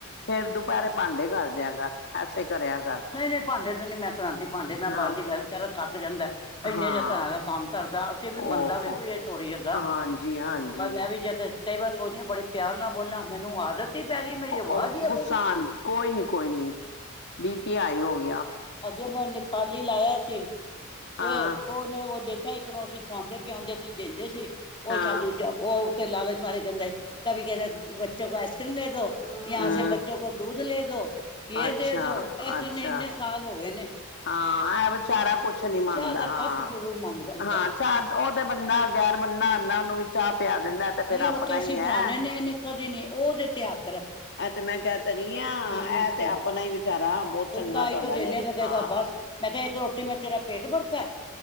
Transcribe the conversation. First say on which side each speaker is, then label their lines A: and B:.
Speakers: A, on the left; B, on the left.
A: ਫੇਰ ਦੁਪਹਿਰੇ ਭਾਂਡੇ ਕਰ ਦਿਆਂਗਾ ।ਐਸੇ ਕਰਿਆ ਕਰ
B: ਨਹੀਂ, ਨਹੀਂ ਭਾਂਡੇ ਤੇ ਨੀ ਮੈਂ ਕਰਾਉਂਦੀ ਭਾਂਡੇ ਮੈਂ
A: ਨਾ
B: ਬੰਦ ਗ ਵਿਚਾਰਾ ਥੱਕ ਜਾਂਦਾ। ਇੰਨੇ
A: ਹਾਂ
B: ਜਿ ਘਰਾਂ ਦਾ ਕੰਮ ਕਰਦਾ ਅਸੀਂ ਵੀ
A: ਓਹੋ
B: ਬੰਦਾ ਵੇਖੋ ਇਹ ਥੋੜੀ ਹੈਗਾ।
A: ਹਾਂਜੀ ਹਾਂਜੀ
B: ਪਰ ਮੈਂ ਵੀ ਜੇ ਤੇ ਕਈ ਵਾਰ ਸੋਚਦੇ ਬੜੇ ਪਿਆਰ ਨਾਲ ਬੋਲਾਂ ਮੈਨੂੰ ਆਦਤ ਹੀ ਪੈ ਗਈ ਮੇਰੀ
A: ਓ
B: ਆਵਾਜ਼ ਹੀ ਇਹੋ
A: ਗੁੱਸਾ
B: ਜਿਹੀ
A: ਨ ਕੋਈ ਨੀ ਕੋਈ ਨੀ ਵੀ ਪੈ ਆਏ ਹੋ ਨ
B: ਅੱਗੇ ਮੈਂ ਨੇਪਾਲੀ ਲਾਇਆ ਸੀ। ਤੇ
A: ਹਾਂ
B: ਉਹਨੇ ਉਹ ਦੇਖਿਆ ਇੱਕ ਨੂੰ ਅਸੀਂ ਖਵਾਂਦੇ ਪਿਆਂਦੇ ਸੀ, ਦਿੰਦੇ ਸੀ।
A: ਹਾਂ
B: ਓਦੀ ਥਾਂ ਦੂਜਾ ਉਹ ਕੇ ਲਾਲਚ ਮਾਰੇ ਕਹਿੰਦਾ। ਇਹ ਬੱਚੇ ਕੋ ਆਈਸ ਕਰ੍ਰੀਮ ਲੈ ਦੋ ਯਾ
A: ਹਮ
B: ਸ ਬੱਚੋ ਕੋ ਦੂਧ ਲੈ ਲੈਦੋ। ਯੇ
A: ਅੱਛਾ
B: ਦੇ ਦੋ ।ਐਸੇ
A: ਅੱਛਾ
B: ਇੰਨੇ ਪਾਗਲ ਹੋ ਗਏ ਨੇ
A: ਹਾਂ, ਇਹ ਵਿਚਾਰਾ ਕੁਛ ਨੀ ਮੰਗਦਾ।
B: ਚਾਹ ਦਾ
A: ਹਾਂ,
B: ਕੱਪ ਜ਼ਰੂਰ ਮੰਗਦਾ ਵਿਚਾਰਾ
A: ਹਾਂ ਚਾਰ ਉਹ ਤੇ ਬੰਦਾ ਗੈਰ ਬੰਦਾ ਆਉਂਦਾ। ਉਹਨੂੰ ਵੀ ਚਾਹ ਪਿਆ ਦਿੰਦਾ ਤੇ ਫੇਰ
B: ਨਹੀਂ,
A: ਆਪਣਾ
B: ਉਹ ਤੇ ਅਸੀਂ
A: ਹੀ ਹੈ
B: ਬਣਾਉਦੇ ਹੁੰਦੇ ਇਨੇ ਕਦੇ ਨਹੀਂ ਉਹਦੇ ਤੇ ਹੱਦ
A: ਆਹ ਤੇ ਮੈਂ ਕਹਿ ਤਾਂ ਰਹੀ ਹਾਂ ਇਹ
B: ਨਹੀਂ ਖੀ।
A: ਤੇ ਆਪਣਾ ਹੀ ਵਿਚਾਰਾ ਬਹੁਤ
B: ਫੁਲਕਾ
A: ਚੰਗਾ ਤੁਹਾਡਾ
B: ਇੱਕ ਦਿੰਦੇ
A: ਤੇ
B: ਤਾਂ ਕਹੇਗਾ
A: ਹਾਂ,
B: ਬਸ ਮੈਂ ਕਿਹਾ ਇੱਕ ਰੋਟੀ ਮੈਂ ਤੇਰਾ ਪੇਟ ਭਰਤਾ